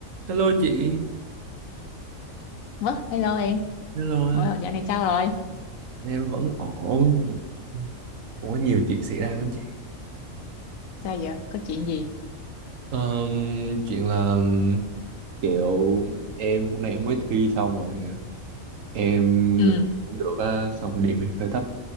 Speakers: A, on the right; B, on the left.
A: Hello chị.
B: Ủa, hello em.
A: Hello, hello.
B: Ờ, dạo này sao rồi?
A: em vẫn ổn. Ủa nhiều chuyện xảy ra lắm chị.
B: Sao giờ? Có chuyện gì?
A: Ờm, chuyện là kiểu em hôm nay em mới thi xong rồi em
B: Ừ.
A: cũng được á, xong điểm hơi thấp,